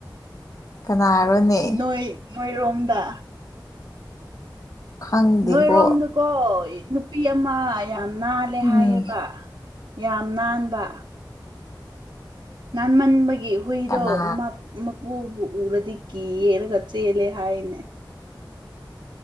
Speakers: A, on the left; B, on the right.
A: ꯀꯅꯥꯔꯣꯅꯦ
B: ꯅꯣꯏ ꯅꯣꯏꯔꯣꯝꯗ
A: ꯈꯪꯗꯦꯕꯣ
B: ꯅꯣꯏꯔꯣꯝꯗꯀꯣ ꯅꯨꯄꯤ ꯑꯃ ꯌꯥꯝ ꯅꯥꯜꯂꯦ
A: ꯎꯝ
B: ꯍꯥꯏꯌꯦꯕ ꯌꯥꯝ ꯅꯥꯟꯕ ꯅꯥꯟꯃꯟꯕꯒꯤ ꯍꯨꯏꯗꯣ
A: ꯀꯅꯥ
B: ꯃꯄꯨꯕꯨ ꯎꯔꯗꯤ ꯀꯤ ꯌꯦꯔꯒ ꯆꯂꯦ ꯍꯥꯏꯅꯦ